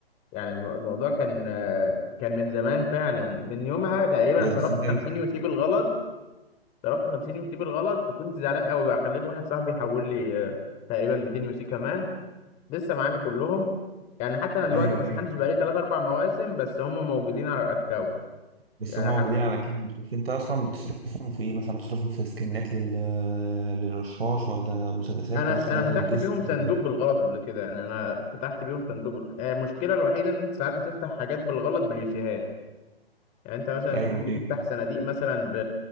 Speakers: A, on the left; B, on the right.
A: يعني الم- الموضوع كان آه، كان من زمان فعلا من يومها تقريبا
B: لا
A: صرفت
B: بس انت
A: 50 يوتي بالغلط صرفت 50 يوتي بالغلط فكنت زعلان قوي بقى خليت واحد صاحبي يحول لي آه، تقريبا 200 يوتي كمان لسه معايا كلهم يعني حتى انا دلوقتي
B: ايوه
A: ما
B: ايوه
A: شحنتش بقالي 3 4 مواسم بس هم موجودين على الاكونت
B: بس
A: يعني
B: هم موجودين
A: حتى
B: على كام بس انت اصلا بتصرفهم في ايه مثلا بتصرفهم في سكنات لل... للرشاش ولا مسدسات
A: انا
B: ولا سكنات
A: انا
B: للجسم
A: فتحت بيهم صندوق
B: ولا- إيه؟
A: بالغلط قبل كده يعني انا فتحت بيهم صندوق آه، المشكله الوحيده ان انت ساعات بتفتح حاجات بالغلط باليوسيهات يعني انت مثلا
B: ايوه
A: تكون
B: ايوه
A: بتفتح صناديق مثلا ب...